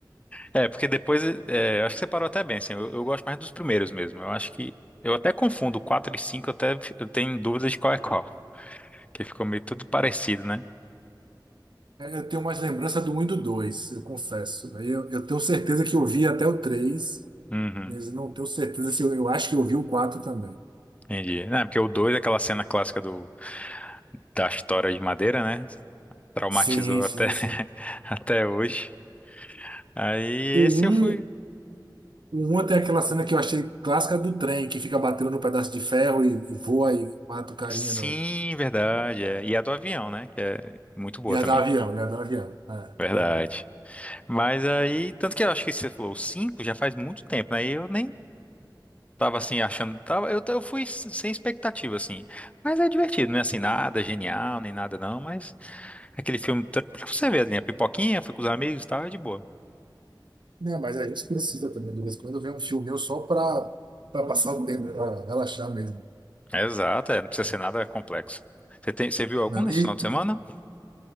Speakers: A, on the left; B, on the right.
A: é, porque depois, é, acho que você parou até bem, assim, eu, eu gosto mais dos primeiros mesmo, eu acho que, eu até confundo 4 e 5 eu até eu tenho dúvidas de qual é qual, que ficou meio tudo parecido, né?
B: É, Eu tenho mais lembrança do um e do 2, eu confesso. Aí Eu, eu tenho certeza que eu vi até o 3,
A: Uhum.
B: mas não tenho certeza se eu, eu acho que eu vi o quatro também.
A: Entendi. Não, é porque o 2 é aquela cena clássica do, da história de madeira, né? Traumatizou
B: Sim, sim,
A: até, <laughs>
B: sim.
A: até hoje. Aí
B: O um,
A: esse eu fui.
B: o um tem aquela cena que eu achei clássica do trem, que fica batendo no pedaço de ferro e, e voa e mata o carinha.
A: Sim,
B: No,
A: verdade. é. E a do avião, né? Que é muito boa
B: e a
A: também.
B: do avião, e a do avião. É,
A: Verdade.
B: verdade.
A: Mas aí, tanto que eu acho que você falou, o 5 já faz muito tempo, né? E eu nem tava assim achando. Tava, eu, eu fui s- sem expectativa, assim. Mas é divertido, não é assim nada genial, nem nada não. Mas aquele filme, tá- pra você ver, né? A pipoquinha, fui com os amigos e tal, é de boa.
B: Né, mas a gente precisa também, de vez em quando, ver um filme meu só para passar o tempo, para relaxar mesmo.
A: Exato, é, não precisa ser nada complexo. Você tem, você viu algum
B: né?
A: nesse
B: E
A: final de semana?